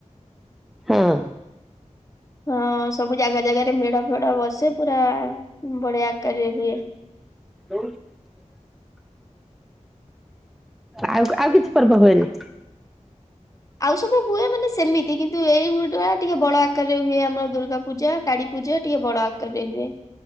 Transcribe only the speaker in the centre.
ହଁ।
ହ ଆଉ ଆଉ କିଛି ପର୍ବ ହୁଏନି